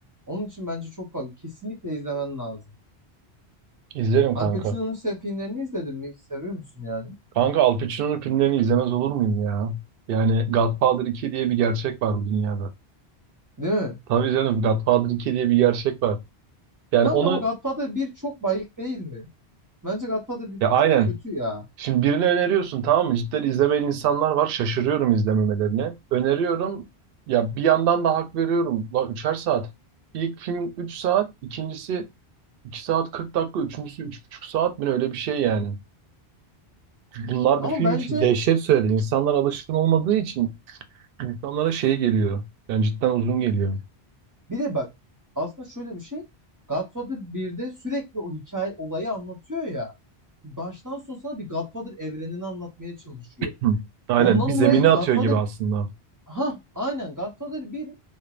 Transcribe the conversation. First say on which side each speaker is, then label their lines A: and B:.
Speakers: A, on the right; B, on the right.
A: Onun için bence çok fazla. Kesinlikle izlemen lazım.
B: İzlerim kanka.
A: Al Pacino'nun sev filmlerini izledin mi? Seviyor musun yani?
B: Kanka Al Pacino'nun filmlerini izlemez olur muyum ya? Yani Godfather 2 diye bir gerçek var bu dünyada.
A: Değil mi?
B: Tabii canım Godfather 2 diye bir gerçek var. Yani
A: Kanka
B: onu
A: ama Godfather 1 çok bayık değil mi? Bence Godfather bir
B: ya aynen.
A: çok kötü ya.
B: Şimdi birini öneriyorsun tamam mı? Cidden izlemeyen insanlar var. Şaşırıyorum izlememelerine. Öneriyorum. Ya bir yandan da hak veriyorum. La üçer saat. İlk film üç saat. ikincisi iki saat kırk dakika. Üçüncüsü üç buçuk saat. mi ne öyle bir şey yani. Bunlar
A: Ama
B: bir film
A: bence
B: için dehşet söyledi. İnsanlar alışkın olmadığı için insanlara şey geliyor. Yani cidden uzun geliyor.
A: bir de bak aslında şöyle bir şey. Godfather 1'de sürekli o hikaye olayı anlatıyor ya. Baştan sona sana bir Godfather evrenini anlatmaya çalışıyor.
B: Hı. Aynen
A: Ondan
B: bir zemine
A: dolayı
B: atıyor
A: Godfather
B: gibi aslında.
A: ha aynen Godfather bir